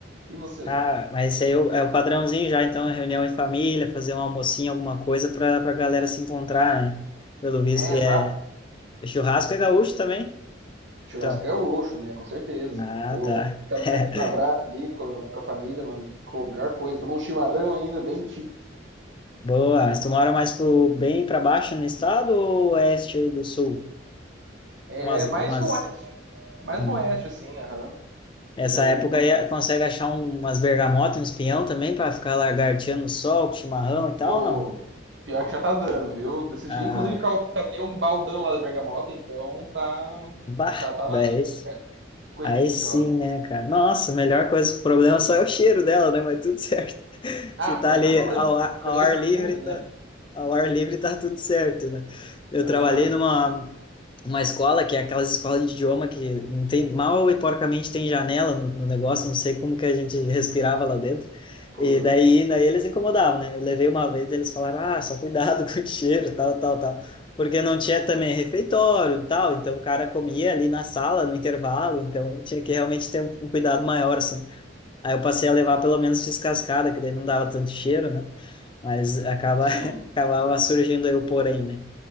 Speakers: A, on the right; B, on the left.
A: E você?
B: Ah, mas esse aí é o, é o padrãozinho já, então, reunião em família, fazer um almocinho, alguma coisa pra, pra galera se encontrar, né? Pelo visto,
A: É,
B: e
A: exato.
B: é, é churrasco é gaúcho também?
A: Churrasco
B: Então,
A: é gaúcho, né? Com certeza.
B: ah,
A: Pô,
B: tá.
A: aquela
B: <laughs>
A: carninha na brasa ali com a, com a família, mano, ficou a melhor coisa. Tomar um chimarrão ainda, bem
B: Boa, mas tu mora mais pro bem pra baixo no estado ou oeste aí do sul? É
A: É
B: umas,
A: mais
B: umas...
A: no oeste. Mais
B: Hum.
A: no oeste, assim, aham.
B: Essa
A: E daí,
B: época aí consegue achar um- umas bergamotas e uns pinhão também para ficar lagarteando no sol, com chimarrão e tal,
A: pô,
B: não?
A: pior que já tá dando, viu? Desses
B: Ah,
A: dias, inclusive, ca- catei um baldão lá da Bergamota, então tá,
B: bah,
A: tá, tá
B: daí,
A: na época, cara. Que coisa
B: aí
A: deliciosa.
B: sim, né, cara? Nossa, a melhor coisa, o problema só é o cheiro dela, né? Mas tudo certo. <laughs>
A: Ah,
B: Se tá
A: pra mim
B: ali
A: não é problema,
B: ao,
A: porque
B: ar-
A: pra
B: ao
A: mim
B: ar
A: é perfume,
B: livre,
A: né?
B: tá, ao ar livre tá tudo certo, né? Eu
A: Aham,
B: trabalhei numa uma escola que é aquelas escolas de idioma que não tem mal e porcamente tem janela no, no negócio, não sei como que a gente respirava lá dentro.
A: putz.
B: E daí, daí eles incomodavam, né? Eu levei uma vez, eles falaram: "Ah, só cuidado <laughs> com o cheiro, tal, tal, tal". Porque não tinha também refeitório e tal, então o cara comia ali na sala, no intervalo, então tinha que realmente ter um um cuidado maior assim. Aí eu passei a levar pelo menos descascada, que daí não dava tanto cheiro, né? Mas acaba
A: Sim.
B: <laughs> acabava surgindo aí o porém, né?